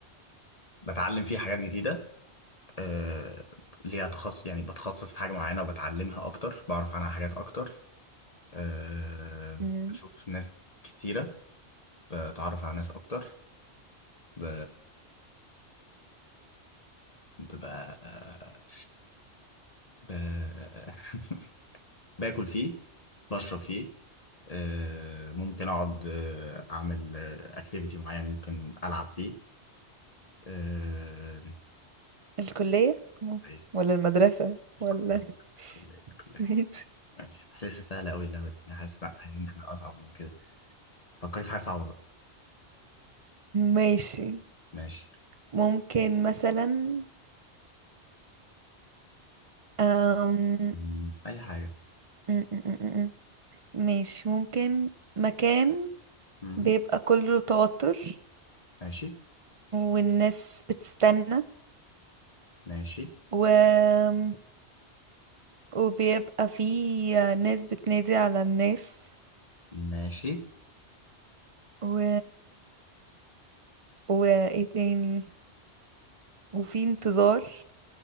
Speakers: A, on the left; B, on the right.
A: بتعلم فيه حاجات جديدة آه، ليها تخصص يعني بتخصص في حاجة معينة وبتعلمها أكتر بعرف عنها حاجات أكتر آه،
B: مم.
A: بشوف ناس كتيرة بتعرف على ناس أكتر ب... ببقى ب... <laughs> باكل فيه بشرب فيه آه، ممكن أقعد آه، أعمل أكتيفيتي معين ممكن ألعب فيه آه...
B: الكلية مم.
A: أيوة
B: ولا المدرسة
A: الكلية
B: ولا <laughs>
A: الكلية الكلية
B: ماشي
A: ماشي حاسسها سهلة أوي اللعبة دي أنا حاسس إن عايزين إن إحنا أصعب من كده فكري في حاجة صعبة بقى
B: ماشي
A: ماشي
B: ممكن مثلا أم...
A: مم، أي حاجة
B: م- م- م- م. ماشي ممكن مكان
A: مم،
B: بيبقى كله توتر
A: ماشي
B: والناس بتستنى
A: ماشي
B: و وبيبقى فيه ناس بتنادي على الناس
A: ماشي
B: و... وايه تاني وفي انتظار